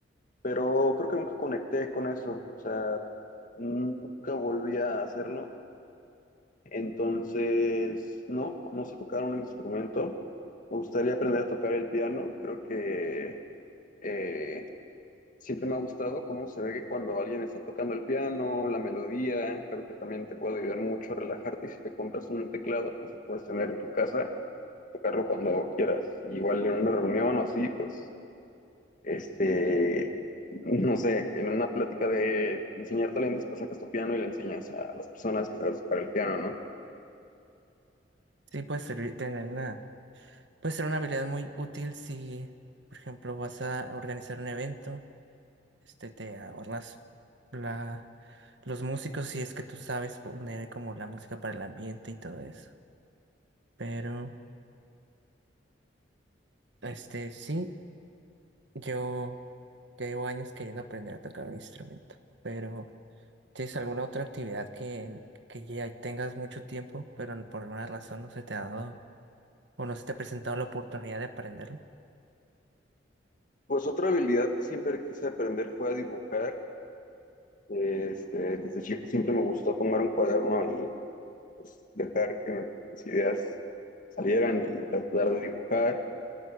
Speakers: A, on the left; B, on the right.
A: pero creo que nunca conecté con eso. O sea, nunca volví a hacerlo. Entonces, no, no sé tocar un instrumento. Me gustaría aprender a tocar el piano. Creo que eh, siempre me ha gustado cómo se ve que cuando alguien está tocando el piano, la melodía, creo que también te puede ayudar mucho a relajarte. Y si te compras un teclado, pues lo puedes tener en tu casa tocarlo cuando quieras. Igual en una reunión o así, pues, este, no sé, en una plática de enseñar talentos, pues sacas tu piano y le enseñas a las personas que sabes tocar el piano, ¿no?
B: Sí, puede servir tener una, puede ser una habilidad muy útil si, por ejemplo, vas a organizar un evento este, te ahorras la, los músicos si es que tú sabes poner como la música para el ambiente y todo eso. Pero, este, sí, yo ya llevo años queriendo aprender a tocar un instrumento. Pero, ¿tienes alguna otra actividad que, que ya tengas mucho tiempo, pero por alguna razón no se te ha dado o no se te ha presentado la oportunidad de aprenderlo?
A: Pues otra habilidad que siempre quise aprender fue a dibujar. Este, desde chico siempre me gustó tomar un cuaderno y pues, dejar que mis ideas salieran y tratar de dibujar.